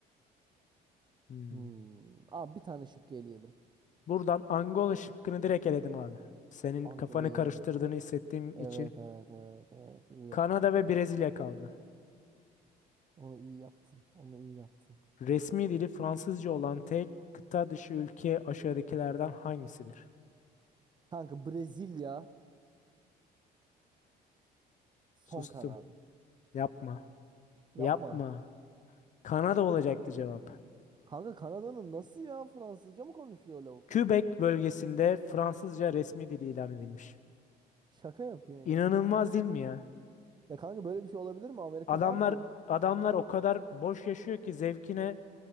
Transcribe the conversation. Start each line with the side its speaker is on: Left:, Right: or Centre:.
Left: Hmm.
Right: Hmm. Abi bir tane şık eleyelim.
Left: Buradan Angola şıkkını direkt eledim abi. Senin
Right: Angola'yı
Left: kafanı karıştırdığını
Right: eledin.
Left: hissettiğim
Right: Evet
Left: için
Right: evet evet evet iyi yaptın.
Left: Kanada ve Brezilya kaldı.
Right: Onu iyi yaptın. Onu iyi yaptın.
Left: Resmi dili Fransızca olan tek kıta dışı ülke aşağıdakilerden hangisidir?
Right: Kanka Brezilya son
Left: Sustum.
Right: kararım.
Left: Yapma. Yapma.
Right: Yapma.
Left: Kanada olacaktı cevap.
Right: Kanka Kanada'nın nasıl ya Fransızca mı konuşuyor lavuklar?
Left: Quebec bölgesinde Fransızca resmi dili ilan edilmiş.
Right: Şaka yapıyorsun
Left: İnanılmaz
Right: ya.
Left: değil mi ya?
Right: Ya kanka böyle bir şey olabilir mi? Amerika
Left: Adamlar
Right: ne yapıyor?
Left: adamlar o kadar boş yaşıyor ki zevkine